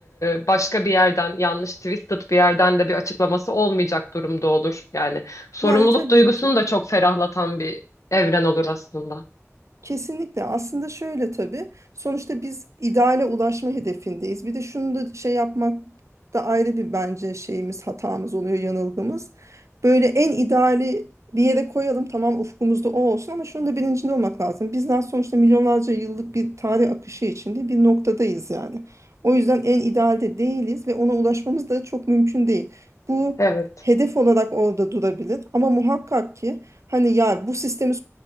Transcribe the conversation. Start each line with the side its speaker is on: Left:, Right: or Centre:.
Left: e, başka bir yerden yanlış twisted bir yerden de bir açıklaması olmayacak durumda olur. Yani sorumluluk
Right: yani tabii
Left: duygusunu
Right: ki.
Left: da çok ferahlatan bir evren olur aslında.
Right: Kesinlikle aslında şöyle tabii sonuçta biz ideale ulaşma hedefindeyiz. Bir de şunu da şey yapmak da ayrı bir bence şeyimiz hatamız oluyor yanılgımız. Böyle en ideali bir yere koyalım tamam ufkumuzda o olsun ama şunun da bilincinde olmak lazım. Bizler sonuçta milyonlarca yıllık bir tarih akışı içinde bir noktadayız yani. O yüzden en idealde değiliz ve ona ulaşmamız da çok mümkün değil. Bu
Left: Evet,
Right: hedef olarak orada durabilir ama muhakkak ki Hani ya bu sistemi